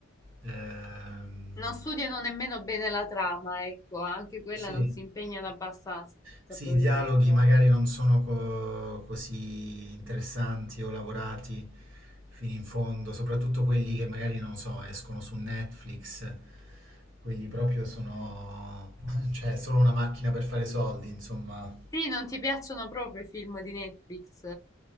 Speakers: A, on the right; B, on the left.
A: Ehm,
B: Non studiano nemmeno bene la trama, ecco, anche quella
A: sì.
B: non si impegnano abbastanza,
A: Sì,
B: probabilmente.
A: i dialoghi magari non sono co- così interessanti o lavorati fino in fondo, soprattutto quelli che magari non so, escono su Netflix, quelli proprio sono, <laughs> cioè, solo una macchina per fare soldi, insomma.
B: Sì, non ti piacciono proprio i film di Netflix?